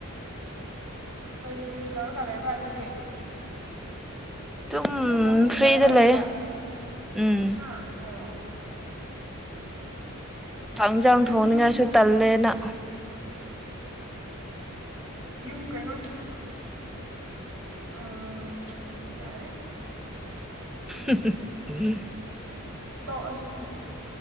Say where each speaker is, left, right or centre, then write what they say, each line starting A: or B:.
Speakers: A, on the right; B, in the centre.
A: ꯀꯔꯤ ꯀꯔꯤ ꯇꯧꯔꯀꯥꯟ ꯂꯩꯕ ꯑꯗꯨꯗꯤ
B: ꯗꯨꯝ
A: ꯑꯗꯨꯝ ꯃꯔꯤ ꯁꯨꯅꯔꯒ
B: ꯐ꯭ꯔꯤꯗ
A: ꯂꯩꯕ꯭ꯔꯥ
B: ꯂꯩꯌꯦ ꯎꯝ
A: ꯍꯥ ꯑꯣ
B: ꯆꯥꯛꯟꯁꯥꯡ
A: ꯌꯨꯝ
B: ꯊꯣꯡꯅꯤꯡꯉꯥꯏꯁꯨ ꯇꯜꯂꯦꯅ
A: ꯌꯨꯝ ꯀꯩꯅꯣ ꯎꯝ ꯌꯥꯔꯦ
B: ꯎꯝ
A: ꯇꯣ ꯑꯁꯤꯁ